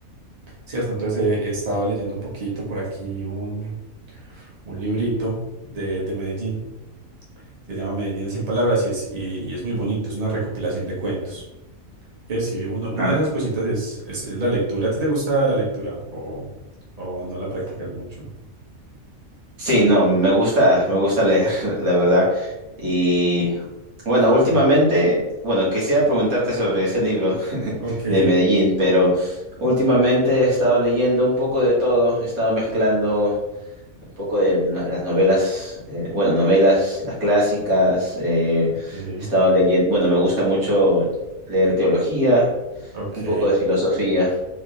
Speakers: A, on the right (about 30°); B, on the right (about 80°).
A: ¿cierto? Entonces he, he estado leyendo un poquito por aquí un, un librito de, de Medellín que se llama Medellín en 100 palabras y es, y y es muy bonito, es una recopilación de cuentos. Que sí, uno, una
B: Ah.
A: de esas cositas es, es, es la lectura. ¿A ti te gusta la lectura o, o no la practicas mucho?
B: Sí, no, me gusta, me gusta leer, <laughs> la verdad. Y bueno,
A: Sí.
B: últimamente, bueno, quisiera preguntarte sobre ese libro <laughs>
A: Ok,
B: de Medellín, pero últimamente he estado leyendo un poco de todo, he estado mezclando un poco de no- las novelas, eh, bueno, novelas, las clásicas, eh,
A: ok,
B: he estado leyendo, bueno, me gusta mucho leer teología,
A: ok,
B: un poco de filosofía.